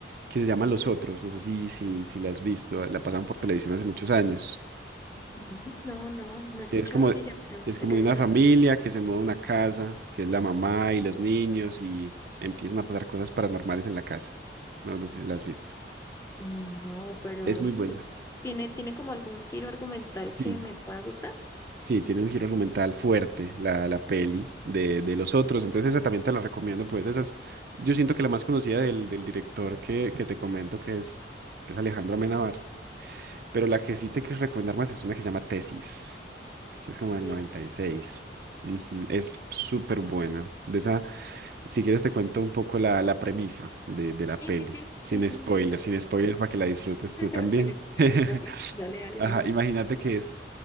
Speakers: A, on the right; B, on the left.
A: que se llama Los Otros. No sé si, si, si la has visto, la pasan por televisión hace muchos años.
B: Mm, No, no, no he escuchado
A: Es como,
B: de ella, pero
A: es
B: ¿de
A: como
B: qué
A: de
B: se
A: una
B: trata?
A: familia que se muda a una casa, que es la mamá y los niños, y empiezan a pasar cosas paranormales en la casa. No, no sé si la has visto.
B: No, pero
A: Es muy buena.
B: ¿tiene, tiene como algún giro argumental
A: Sí.
B: que me pueda gustar?
A: Sí, tiene un giro argumental fuerte la, la peli de, de los otros, entonces esa también te la recomiendo, pues esa es, yo siento que la más conocida del, del director que, que te comento que es, que es Alejandro Amenábar, pero la que sí te quiero recomendar más es una que se llama Tesis, que es como del
B: Eh,
A: 96,
B: sí.
A: Ujú, es súper buena, de esa, si quieres te cuento un poco la, la premisa de, de la
B: Sí,
A: peli,
B: sí, sí, sí,
A: sin
B: sí,
A: spoiler,
B: sí, cuéntame.
A: sin spoiler para que la disfrutes
B: <laughs>
A: tú también.
B: Sin spoilers,
A: <laughs>
B: ok. Dale, dale,
A: Ajá,
B: mejor.
A: imagínate que es,